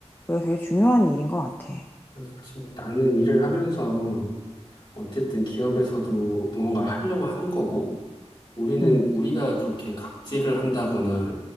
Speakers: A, on the left; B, on the left.
A: 그게 되게 중요한 일인 것 같아.
B: 그렇지. 나는 일을 하면서 어쨌든 기업에서도 무언가를 하려고 하는 거고, 우리는
A: 음,
B: 우리가 그렇게 갑질을 한다거나